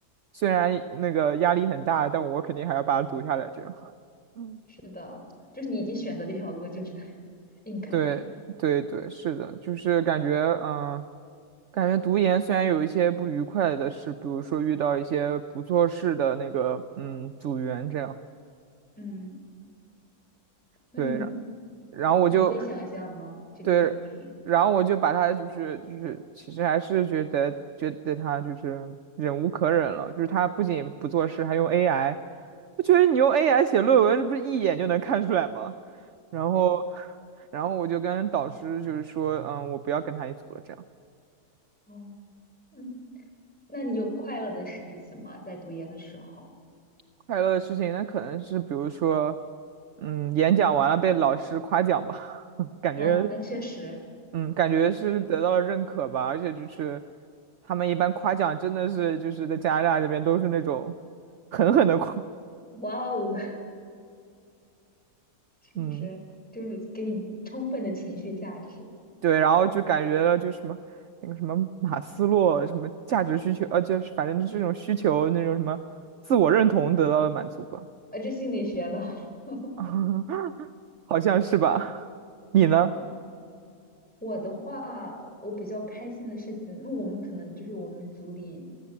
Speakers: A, on the right; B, in the centre.
A: 虽然那个压力很大，但我肯定还要把它读下来。这样，嗯
B: 是的，就是你已经选择这条路，就只能 <laughs> 硬啃着。
A: 对对对，是的，就是感觉，嗯，感觉读研虽然有一些不愉快的事，比如说遇到一些不做事的那个，嗯，组员这样，
B: 嗯，那你你
A: 对，然然后我就。
B: 能分享一下吗？这个经历？
A: 对，然后我就把他就是就是，其实还是觉得觉得他就是忍无可忍了，就是他不仅不做事，还用 AI。我觉得你用 AI 写论文，这不是一眼就能看出来吗？然后，<laughs> 然后我就跟导师就是说，嗯，我不要跟他一组了。这样
B: 哦，嗯。那你有快乐的事情吗？在读研的时候？
A: 快乐的事情，那可能是比如说，嗯，演讲完了被老师夸奖吧，<laughs> 感觉
B: 哦，那确实
A: 嗯，感觉是得到了认可吧，
B: 是，
A: 而且就是他们一般夸奖真的是就是在加拿大这边都是那种狠狠的夸，
B: <laughs> 哇哦，<laughs> 是不是？
A: 嗯，
B: 就是给你充分的情绪价值，
A: 对，然后就感觉了就什么那个什么马斯洛什么价值需求，呃，就是反正这种需求那种什么自我认同得到了满足吧，
B: 啊，这心理学的，<laughs>
A: <laughs> 好像是吧？你呢？
B: 是的。我的话，我比较开心的事情，那我们可能就是我们组里